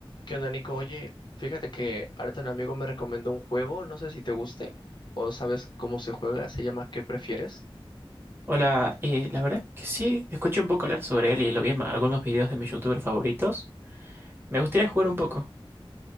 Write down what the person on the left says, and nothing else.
¿Qué onda, Nico? Oye, fíjate que ahorita un amigo me recomendó un juego, no sé si te guste o sabes cómo se juega, se llama ¿Qué prefieres?